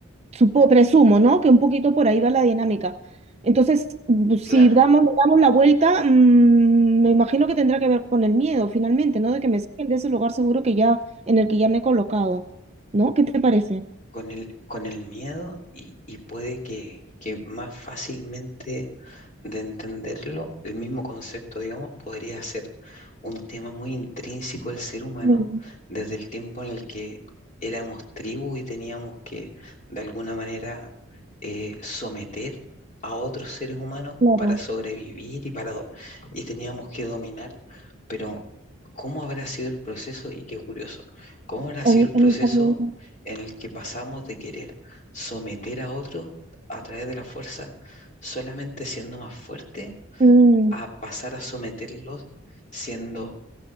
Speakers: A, on the right; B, on the left.
A: Supo, presumo, ¿no? Que un poquito por ahí va la dinámica. Entonces, bu- si
B: claro.
A: damos, le damos la vuelta, mm, me imagino que tendrá que ver con el miedo finalmente, ¿no? De que me saquen de ese lugar seguro que ya, en el que ya me he colocado, ¿no? ¿Qué te parece?
B: con el, con el miedo y, y puede que, que más fácilmente de entenderlo, el mismo concepto, digamos, podría ser un tema muy intrínseco del ser humano
A: Mm,
B: desde el tiempo en el que éramos tribu y teníamos que, de alguna manera, eh, someter a otros seres humanos
A: Claro,
B: para sobrevivir y, para, do- y teníamos que dominar, pero ¿cómo habrá sido el proceso? Y qué curioso, ¿cómo habrá sido
A: a mí,
B: el proceso
A: a mí también.
B: en el que pasamos de querer someter a otros a través de la fuerza solamente siendo más fuerte
A: Mm,
B: a pasar a someterlos siendo